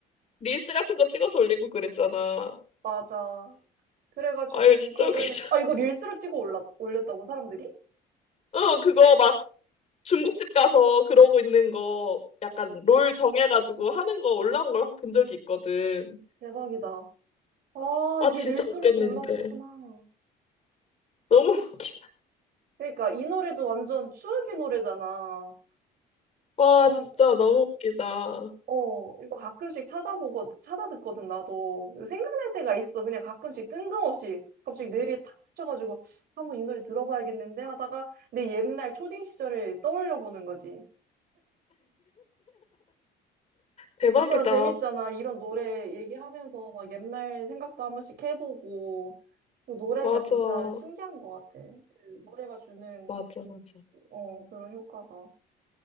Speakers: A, on the left; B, on the right.
A: 릴스 같은 거 찍어서 올리고 그랬잖아.
B: 맞아. 그래가지고
A: 아 이거
B: 이거를,
A: 진짜 웃기죠.
B: 아, 이거 릴스로 찍어 올라, 올렸다고, 사람들이?
A: <laughs> 어 그거 막 중국집 가서 그러고 있는 거 약간 롤 정해가지고 하는 거 올라온 걸 본 적이 있거든.
B: 대박이다. 아,
A: 아,
B: 이게
A: 진짜
B: 릴스로도
A: 웃겼는데.
B: 올랐었구나.
A: 너무 <laughs> 웃기다.
B: 그러니까 이 노래도 완전 추억의 노래잖아.
A: 와,
B: 완,
A: 진짜 너무 웃기다.
B: 어, 이거 가끔씩 찾아보고, 찾아듣거든, 나도. 생각날 때가 있어. 그냥 가끔씩 뜬금없이. 갑자기 뇌리에 탁 스쳐가지고, 한번 이 노래 들어봐야겠는데 하다가 내 옛날 초딩 시절을 떠올려 보는 거지.
A: 대박이다.
B: 그렇잖아. 재밌잖아. 이런 노래 얘기하면서 막 옛날 생각도 한 번씩 해보고. 그 노래가
A: 맞아.
B: 진짜 신기한 것 같아. 그 노래가 주는,
A: 맞아, 맞아.
B: 어, 그런 효과가.